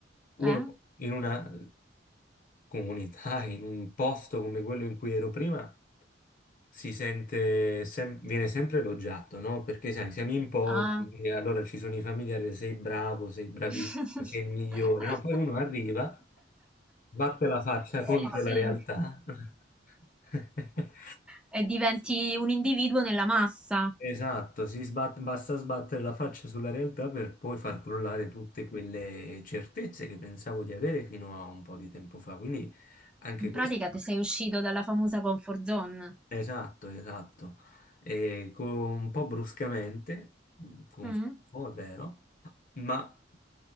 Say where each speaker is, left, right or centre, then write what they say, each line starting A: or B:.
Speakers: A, on the left; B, in the centre.
A: Uno
B: eh?
A: in una comunità, <laughs> in un posto come quello in cui ero prima, si sente, sem- viene sempre elogiato, no? Perché sai, siamo in pochi,
B: Ah.
A: e allora ci sono i familiari, sei bravo, sei bravissimo,
B: <laughs>
A: sei il migliore, no? Poi uno arriva Sbatte la faccia contro
B: Sì,
A: la
B: sì.
A: realtà. <laughs>
B: e diventi un individuo nella massa.
A: Esatto, si sbat- basta sbattere la faccia sulla realtà per poi far crollare tutte quelle certezze che pensavo di avere fino a un po' di tempo fa. Quindi anche
B: In
A: questo.
B: pratica ti sei uscito dalla famosa comfort zone.
A: Esatto, esatto. E con- un po' bruscamente, confermo,
B: Mm,
A: è vero, ma